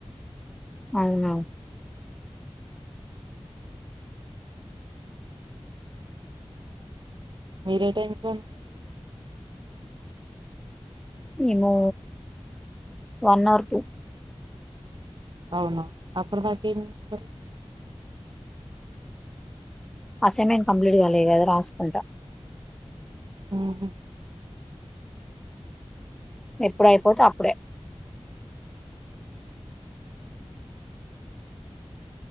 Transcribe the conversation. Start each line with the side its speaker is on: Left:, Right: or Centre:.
Centre: అవునా!
Right: మీరే టైంకి పండుకుంటారు?
Centre: మేము వన్ ఆర్ టూ
Right: అవునా! అప్పడి దాకా ఏం చేస్తరు?
Centre: అసైన్మెంట్ కంప్లీట్ చేయాలి గదా రాసుకుంటా
Right: ఉమ్ హూ
Centre: ఎప్పుడైపోతే అప్పుడే